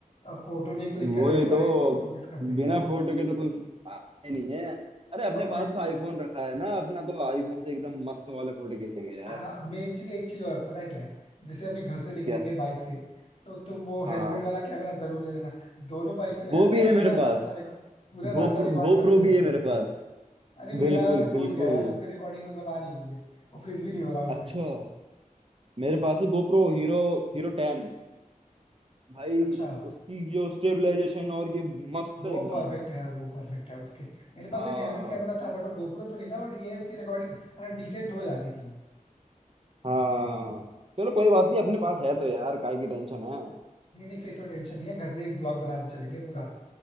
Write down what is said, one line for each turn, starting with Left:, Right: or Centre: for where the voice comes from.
Left: अब फोटो नहीं क्लिक
Right: वही
Left: करेंगे
Right: तो
Left: भाई फिर तो मिस कर देंगे
Right: बिना
Left: यार
Right: फोटो के तो कुछ आए नहीं है अरे अपने
Left: अब
Right: पास
Left: मैं
Right: तो आईफोन रखा है ना अपना तो आईफोन से एकदम मस्त वाले फोटो खींचेंगे यार
Left: हाँ मेन चीज एक चीज और पता है क्या है जैसे अभी घर से निकलेंगे
Right: क्या
Left: बाइक से तो तुम वो
Right: हाँ
Left: हेलमेट वाला कैमरा जरूर ले लेना दोनों बाइक पे लगाएंगे
Right: वो भी
Left: यार
Right: है मेरे
Left: पूरा
Right: पास
Left: रास्ता रिकॉर्ड पूरा
Right: गोप्रो
Left: रास्ता रिकॉर्ड
Right: गोप्रो
Left: करते चलेंगे
Right: भी है मेरे पास
Left: अरे मेरा
Right: बिल्कुल
Left: वाला टूट
Right: बिल्कुल
Left: गया यार उस पे रिकॉर्डिंग मतलब आ नहीं रही है वो फिट भी नहीं हो रहा उस
Right: अच्छा
Left: पे
Right: मेरे पास है गोप्रो हीरो हीरो टेन भाई
Left: अच्छा
Right: उसकी जो स्टेबलाइजेशन और ये मस्त
Left: वो
Right: एकदम
Left: परफेक्ट है यार वो परफेक्ट है उसके मेरे पास
Right: हाँ
Left: एक हेलमेट कैमरा था बट वो गोप्रो तो नहीं था बट ये है उसकी रिकॉर्डिंग हाँ डिसेंट हो जाती थी
Right: हाँ चलो कोई बात नहीं अपने पास है तो यार काय की टेंशन है
Left: नहीं नहीं फिर तो टेंशन नहीं है घर से ही ब्लॉग बनाते चलेंगे पूरा